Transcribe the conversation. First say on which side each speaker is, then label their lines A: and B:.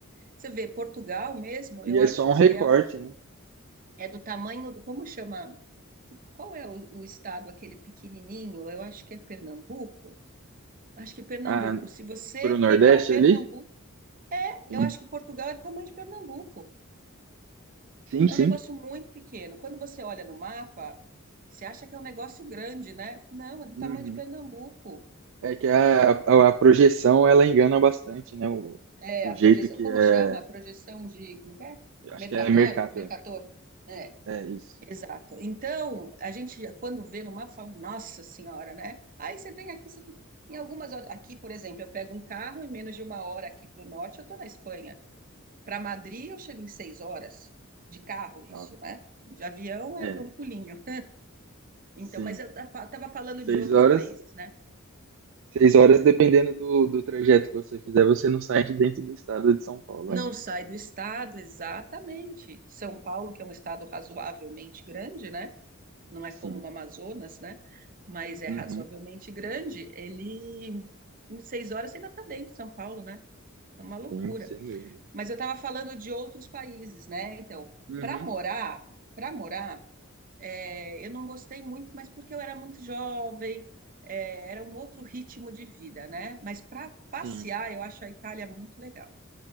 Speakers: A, on the right (about 40°); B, on the right (about 60°).
A: Você vê, Portugal mesmo,
B: E
A: eu
B: é
A: acho
B: só um recorte,
A: que é, o-
B: né?
A: é do tamanho do, como chama? Que- Qual é o, o estado aquele pequenininho? Eu acho que é Pernambuco. Acho que é Pernambuco.
B: Ah,
A: Se você
B: pro
A: pegar
B: Nordeste
A: Pernambuco,
B: ali? Sim,
A: eu acho que Portugal é do tamanho de Pernambuco.
B: sim,
A: É
B: sim.
A: um negócio muito pequeno. Quando você olha no mapa, você acha que é um negócio grande, né? Não, é do
B: Uhum.
A: tamanho de Pernambuco.
B: É que a, a, a projeção ela engana bastante, né? O,
A: É,
B: o
A: a
B: jeito
A: projeção,
B: que
A: como
B: é.
A: chama? A projeção de, como é que é?
B: Acho
A: Mercador?
B: que é Mercator.
A: Mercator. É,
B: É isso.
A: exato. Então, a gente, quando vê no mapa, fala, nossa senhora, né? Aí você vem aqui, você- em algumas horas, aqui, por exemplo, eu pego um carro, em menos de uma hora aqui para o norte, eu estou na Espanha. Para Madrid, eu chego em seis horas de carro, isso,
B: Tá.
A: né? De avião é
B: É,
A: um pulinho. Então,
B: sim.
A: mas eu estava falando
B: Seis
A: de outros
B: horas.
A: países, né?
B: Seis horas,
A: Diga.
B: dependendo do, do trajeto que você fizer, você não sai de dentro do estado de São Paulo
A: Não
B: ainda.
A: sai do estado, exatamente. São Paulo, que é um estado razoavelmente grande, né? Não é
B: Sim.
A: como o Amazonas, né? Mas é
B: Uhum.
A: razoavelmente grande. Ele, em seis horas, você ainda está dentro de São Paulo, né? É uma loucura.
B: Sim, sem dúvida.
A: Mas eu estava falando de outros países, né? Então,
B: Uhum.
A: para morar, para morar, É, eu não gostei muito, mas porque eu era muito jovem, é, era um outro ritmo de vida, né? Mas para passear,
B: Sim.
A: eu acho a Itália muito legal,